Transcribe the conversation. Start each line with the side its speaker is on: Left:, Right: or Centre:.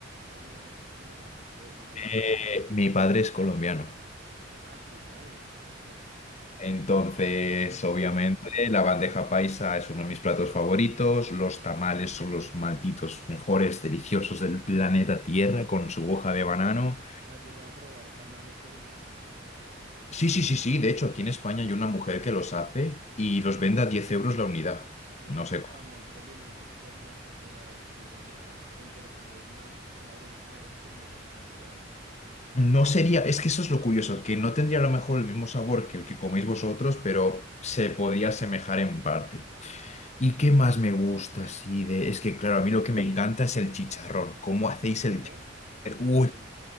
Right: ¿alguno de esas tres te suena? ¿O continúo?
Left: Eh, mi padre es colombiano,
Right: Ah, tu padre es colombiano.
Left: entonces obviamente
Right: Entonces,
Left: la bandeja paisa es uno de mis platos favoritos, los tamales son los malditos mejores deliciosos del planeta Tierra con su hoja de banano.
Right: ¿has llegado a probar tamales tolimenses?
Left: Sí, sí, sí, sí. De hecho, aquí en España hay una mujer que los hace y los vende a 10 euros la unidad.
Right: Siento
Left: No sé.
Right: que el tamal tolimense es como de las comidas más, el de los tamales más sabrosos que hay, como el santandereano.
Left: No sería, es que eso es lo curioso, que no tendría a lo mejor el mismo sabor que el que coméis vosotros, pero se podría asemejar en parte. ¿Y qué más me gusta así de? Es que, claro, a mí lo que me encanta es el chicharrón. ¿Cómo hacéis
Right: ¿El chicharrón?
Left: el chicharrón?
Right: Ay,
Left: Uy,